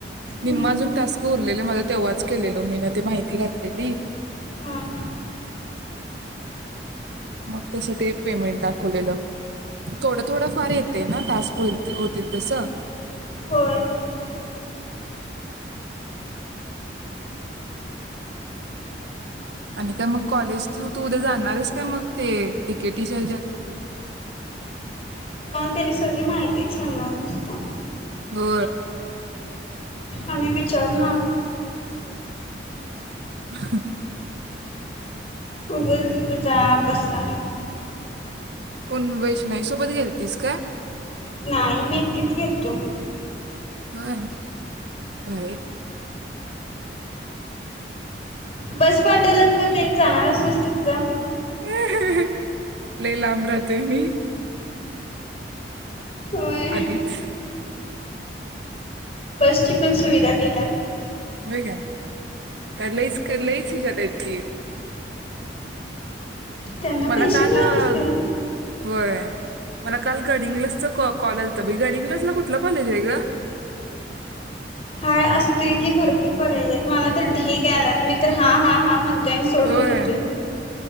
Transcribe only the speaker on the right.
विम्मा अजून टास्क उरलेले मला तेव्हाच केलेलो मी ना ते माहिती घातलेली
मग तसं ते पेमेंट दाखवलेलं थोडं थोडं फार येते ना टास्क होल होतील तसं
आणि काय मग कॉलेज तू तू उद्या जाणारस काय मग ते िकेटीच्याज
हो
ह
कोण वैष्णाईसोबत गेलतीस काय
हम कारे
हम् हम ल लांब राहतोय मी
आधीच
हो काय त्यालंच केलंय ज <unintelligible>
मला
काल
अ,
होय मला काल गडिंग्लासचा क कॉल आल तर बई गडिंग्लासला कुठला कॉलेज आहे ग
होय